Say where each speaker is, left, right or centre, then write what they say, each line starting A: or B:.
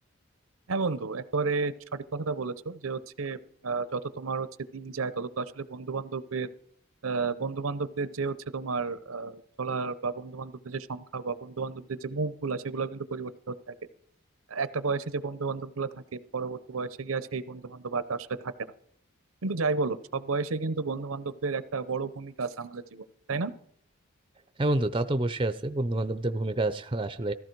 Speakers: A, on the right (about 85°); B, on the right (about 25°).
A: হ্যাঁ বন্ধু একেবারে সঠিক কথাটা বলেছো যে হচ্ছে আহ, যত তোমার হচ্ছে দিন যায় তত তো আসলে বন্ধু বান্ধবের বন্ধু বান্ধবদের যে হচ্ছে তোমার আহ, চলার বা বন্ধু বান্ধবদের যে সংখ্যা বা বন্ধু বান্ধবদের যে মুখ গুলা সেগুলো কিন্তু পরিবর্তিত হতে থাকে একটা বয়সে যে বন্ধু বান্ধব গুলা থাকে পরবর্তী বয়সে গিয়ে সেই বন্ধু বান্ধব আর আসলে থাকে না কিন্তু যাই বলো সব বয়সে কিন্তু বন্ধু বান্ধবদের একটা বড় ভূমিকা আছে আমাদের জীবন তাই না
B: হ্যাঁ বন্ধু তা তো অবশ্যই আছে বন্ধু বান্ধবদের ভূমিকা আছে আসলে